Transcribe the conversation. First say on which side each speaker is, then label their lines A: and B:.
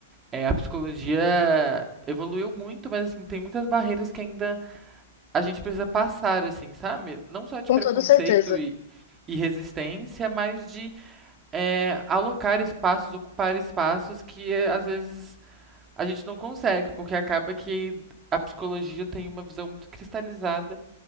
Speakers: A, on the right; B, on the left.
A: eh, a psicologia evoluiu muito, mas assim, tem muitas barreiras que ainda a gente precisa passar, assim, sabe? Não só de
B: com
A: preconceito
B: toda certeza.
A: e, e resistência, mas de eh, alocar espaços, ocupar espaços que eh, às vezes a gente não consegue, porque acaba que a psicologia tem uma visão muito cristalizada